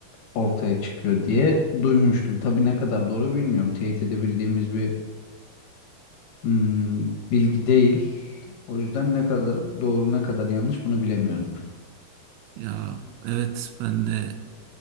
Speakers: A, on the left; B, on the right.
A: ortaya çıkıyor diye duymuştum. Tabii ne kadar doğru bilmiyorum. Teyit edebildiğimiz bir hmm, bilgi değil. O yüzden ne kadar doğru ne kadar yanlış bunu bilemiyorum.
B: Ya evet ben de